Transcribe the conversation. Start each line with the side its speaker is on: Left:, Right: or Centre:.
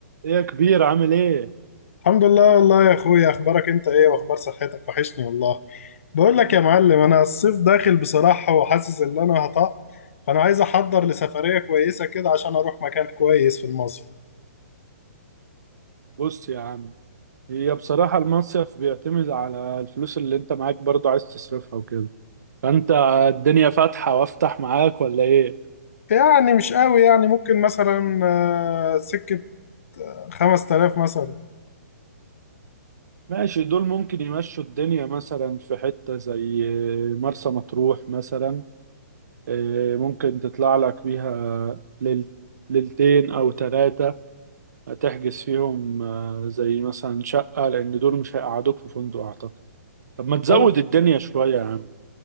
Right: ايه يا كبير عامل ايه
Left: الحمد لله والله يا اخويا اخبارك انت ايه واخبار صحتك وحشني والله بقول لك يا معلم انا الصيف داخل بصراحة وحاسس ان انا هطق فانا عايز احضر لسفرية كويسة كده عشان اروح مكان كويس في المصيف
Right: بص يا عم هي بصراحة المصيف بيعتمد على الفلوس اللي انت معاك برضه عايز تصرفها وكده فانت الدنيا فاتحة وافتح معاك ولا ايه
Left: يعني مش قوي يعني ممكن مثلا آه، سكة 5000 مثلا
Right: ماشي دول ممكن يمشوا الدنيا مثلا في حتة زي مرسى مطروح مثلا إيه، ممكن تطلع لك بيها ليل ليلتين او ثلاثة هتحجز فيهم آه، زي مثلا شقة لان دول مش هيقعدوك في فندق اعتقد طب ما تزود
Left: وال-
Right: الدنيا شوية يا عم